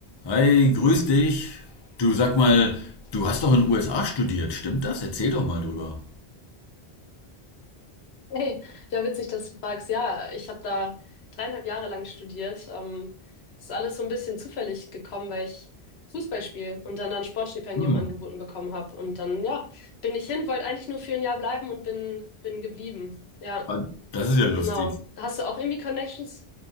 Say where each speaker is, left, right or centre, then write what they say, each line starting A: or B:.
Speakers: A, on the left; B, on the left.
A: Hi, grüß dich. Du sag mal, du hast doch in den USA studiert, stimmt das? Erzähl doch mal drüber.
B: Hey, ja, witzig, dass du fragst. Ja, ich habe da dreieinhalb Jahre lang studiert. Ähm, ist alles so ein bisschen zufällig gekommen, weil ich Fußball spiele und dann ein Sportstipendium
A: Hm,
B: angeboten bekommen habe. Und dann, ja, bin ich hin, wollte eigentlich nur für ein Jahr bleiben und bin, bin geblieben. Ja,
A: ah, das ist ja lustig.
B: genau. Hast du auch irgendwie Connections?